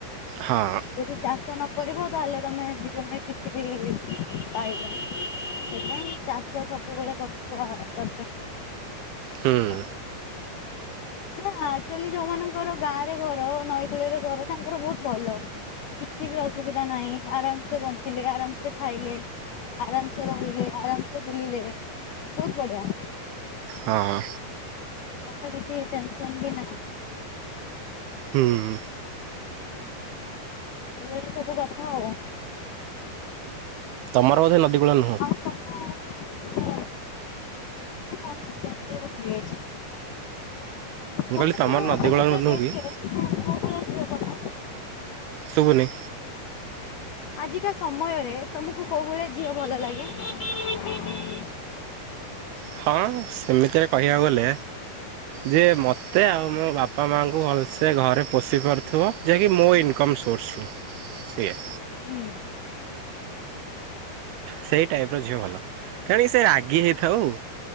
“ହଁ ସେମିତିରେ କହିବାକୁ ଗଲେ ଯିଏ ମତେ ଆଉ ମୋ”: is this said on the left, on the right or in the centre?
Right